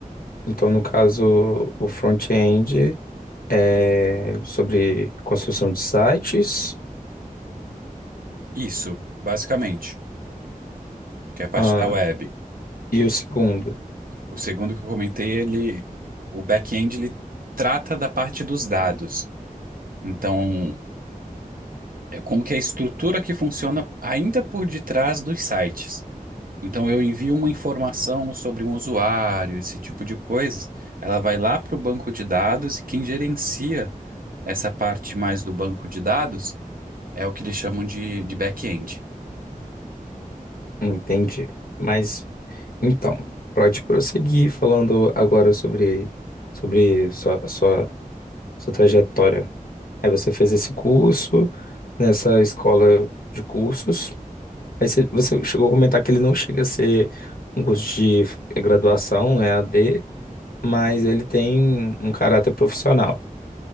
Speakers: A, on the left; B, on the right.
A: então no caso, o front-end é sobre construção de sites,
B: Isso, basicamente, que é a parte
A: ah,
B: da web.
A: e o segundo,
B: O segundo que eu comentei, ele, o back-end, ele trata da parte dos dados. Então, é como que é a estrutura que funciona ainda por detrás dos sites. Então, eu envio uma informação sobre um usuário, esse tipo de coisas. Ela vai lá para o banco de dados e quem gerencia essa parte mais do banco de dados é o que eles chamam de, de back-end.
A: entendi. Mas então, pode prosseguir falando agora sobre sobre sua sua, sua trajetória. Aí você fez esse curso nessa escola de cursos. Aí você, você chegou a comentar que ele não chega a ser um curso de f- graduação, é a D mas ele tem um caráter profissional.